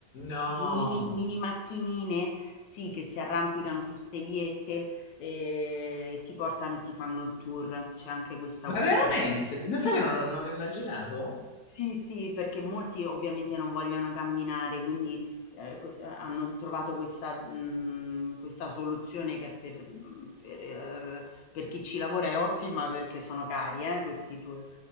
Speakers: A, on the left; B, on the left.
A: No.
B: mini, mini macchinine sì, che si arrampicano su ste viette eh, e ti portano e ti fanno il tour, c'è anche questa
A: Ma
B: opzione.
A: veramente? Lo
B: Sì,
A: sai che non,
B: sì.
A: non lo immaginavo?
B: Sì, sì, perché molti ovviamente non vogliono camminare, quindi, ehm, que eh, hanno trovato questa mhmm, questa soluzione che è per mhmm, per ehm, per chi ci lavora è ottima perché sono cari, eh, questi tour,